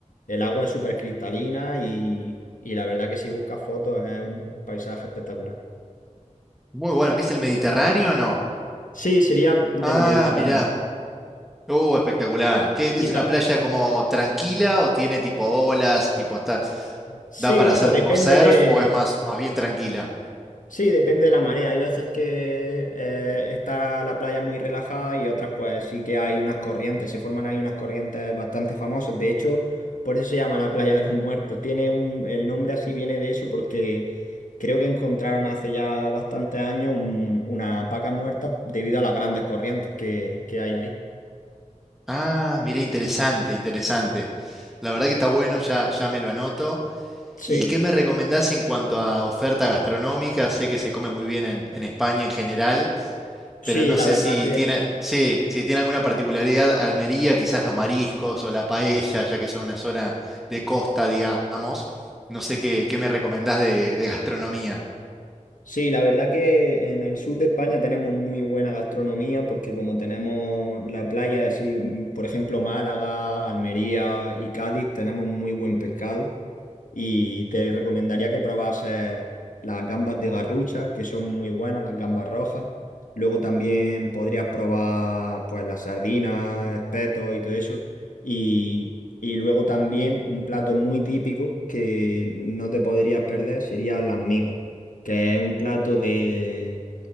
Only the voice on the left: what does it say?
El agua es súper cristalina y, y la verdad que si buscas fotos es un paisaje espectacular.
Sí, sería del
Mediterráneo.
Y
ta-
Sí,
bueno,
depende
de,
Sí, depende de la marea. Hay veces que eh, está la playa muy relajada y otras pues sí que hay unas corrientes, se forman ahí unas corrientes bastante famosas. De hecho, por eso se llama la playa de los muertos. Tiene un, el nombre así viene de eso porque creo que encontraron hace ya bastantes años un- unas vacas muertas debido a las grandes corrientes que, que hay ahí.
Sí,
sí,
la
verdad
Sí, la verdad que en el sur de España tenemos muy buena gastronomía porque como tenemos la playa, así, mm, por ejemplo, Málaga, Almería y Cádiz, tenemos muy buen pescado y te recomendaría que probases las gambas de Garrucha, que son muy buenas, las gambas rojas. Luego también podrías probar pues las sardinas, espetos y todo eso. Y, y luego también un plato muy típico que no te podrías perder sería las migas que es un plato de,